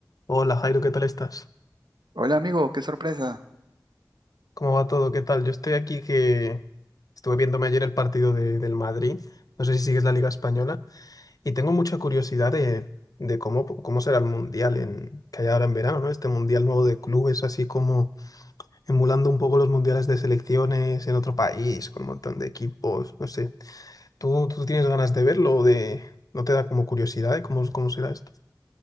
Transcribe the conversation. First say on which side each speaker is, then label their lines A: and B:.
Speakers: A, on the left (about 55°); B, on the right (about 90°).
A: Hola Jairo, ¿qué tal estás?
B: Hola amigo, qué sorpresa.
A: ¿Cómo va todo? ¿Qué tal? Yo estoy aquí que estuve viéndome ayer el partido de- del Madrid. No sé si sigues la Liga Española y tengo mucha curiosidad de, de cómo, cómo será el Mundial en, que hay ahora en verano, ¿no? Este Mundial nuevo de clubes, así como emulando un poco los mundiales de selecciones en otro país, con un montón de equipos, no sé. ¿Tú, tú tienes ganas de verlo o de, no te da como curiosidad de cómo, cómo será esto?